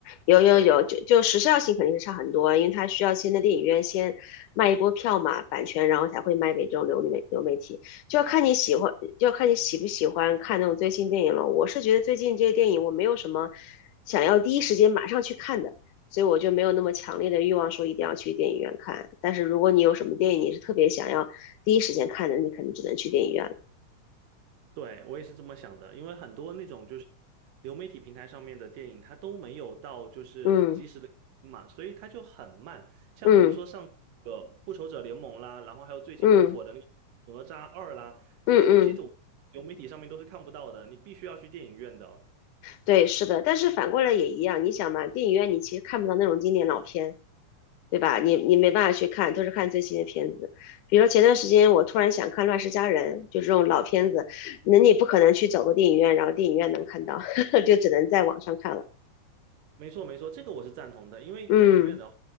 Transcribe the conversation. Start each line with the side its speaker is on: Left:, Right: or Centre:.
Left: 有有有，
Right: 对。
Left: 就就时效性肯定是差很多，因为它需要先在电影院先卖一波票嘛，版权，然后才会卖给这种流媒流媒体，就要看你喜欢，就要看你喜不喜欢看那种最新电影了。我是觉得最近这些电影我没有什么想要第一时间马上去看的，所以我就没有那么强烈的欲望说一定要去电影院看。但是如果你有什么电影你是特别想要第一时间看的，你肯定只能去电影院了。
Right: 对，我也是这么想的，因为很多那种就是流媒体平台上面的电影，它都没有到就是及时的更新嘛，
Left: 嗯
Right: 所以它就很慢。像比如说上个《复仇者联盟》啦，
Left: 嗯
Right: 然后还有最近很火的那个
Left: 嗯
Right: 《哪吒二》啦，这些东西总流媒体上面都是看不到的，
Left: 嗯嗯嗯嗯。嗯
Right: 你必须要去电影院的。
Left: 对，是的，但是反过来也一样，你想嘛，电影院你其实看不到那种经典老片，对吧？你你没办法去看，都是看最新的片子。比如说前段时间我突然想看《乱世佳人》，就是这种老片子，那你不可能去走个电影院，然后电影院能看到，<laughs> 就只能在网上看了。
Right: 没错，没错，这个我是赞同的，因为电影院的话，
Left: 嗯。